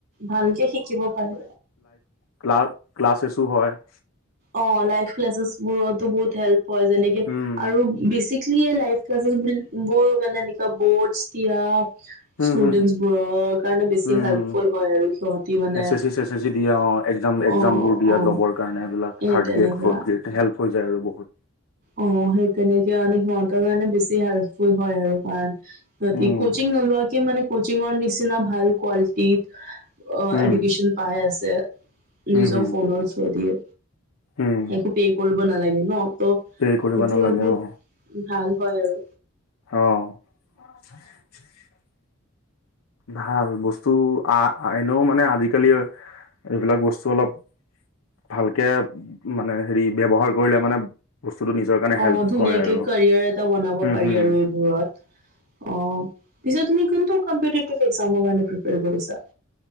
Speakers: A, on the right; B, on the left.
A: ভালকে শিকিব পাৰি।
B: ক্লাছ ক্লাছেচও হয় ।
A: অ', লাইভ ক্লাছেছ বোৰতো বহুত হেল্প হয় যেনেকে
B: উম
A: আৰু বেছিক লিয়ে লাইভ ক্লাচেছ মানে এনেকোৱা বৰ্ডছ দিয়া
B: হম
A: ষ্টুডেন্টছবোৰৰ
B: হম
A: কাৰণে বেছি
B: উম
A: হেল্পফুল হয় আৰু সিহতি মানে
B: এছ এছ চি চেছ এছ চি দিয়া অ এক্সাম এক্সাম
A: অ',
B: বোৰ দিয়া
A: অ'
B: জবৰ কাৰণে এইবিলাক
A: এই
B: থাৰ্ড
A: তেনেকা
B: গেড, ফৰ্ড গ্ৰেড হেল্প হৈ আৰু বহুত
A: অ', সেই তেনেকে মানে সিহঁতৰ কাৰণে বেছি হেল্পফুল হয় আৰু কাৰণ সিহঁতে
B: উম
A: কোচিং নোলোৱাকে মানে কোচিংৰ নিচিনা ভাল কোৱালিটি অ'
B: উম
A: এডুকেচন পাই আছে
B: উম
A: নিজৰ
B: হুম
A: ফোনৰ থ্ৰু দিয়ে
B: উম
A: একো পে কৰিব নালাগে ন ত'
B: পে কৰিব
A: সেইটো
B: নালাগে
A: বহুত
B: অ
A: ভাল হয় আৰু।
B: অ <inaudible> ভাল বস্তু আহ এনেও মানে আজিকালি এইবিলাক বস্তু অলপ ভালকে মানে হেৰি ব্যৱহাৰ কৰিলে মানে বস্তুটো নিজৰ কাৰণে
A: অ',
B: হেল্প
A: ধুনীয়াকে
B: হয় আৰু
A: কেৰিয়াৰ এটা বনাব
B: হুম
A: পাৰি
B: হুম
A: আৰু এইবোৰত অ'। পিছত। কম্পিটেটিভ এক্সামৰ কাৰণে কি কৰিছা।